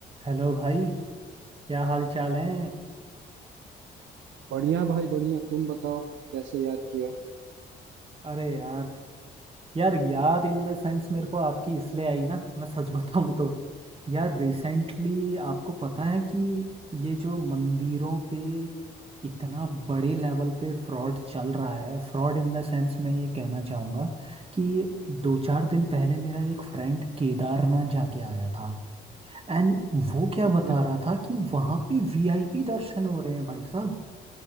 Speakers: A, on the right (about 30°); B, on the right (about 75°).
A: हेलो भाई क्या हाल चाल है
B: बढ़िया भाई बढ़िया तुम बताओ कैसे याद किया
A: अरे यार यार याद इन द सेंस मेरे को आपकी इसलिए आई ना मैं सच बताऊं तो यार रिसेंटली आपको पता है कि ये जो मंदिरों पे इतना बड़े लेवल पे फ्रॉड चल रहा है फ्रॉड इन द सेंस मैं ये कहना चाहूँगा कि दो चार दिन पहले मेरा एक फ्रेंड केदारनाथ जाके आया था एंड वो क्या
B: ठीक
A: बता
B: है
A: रहा था कि वहाँ पे वीआईपी दर्शन हो रहे हैं भाई साहब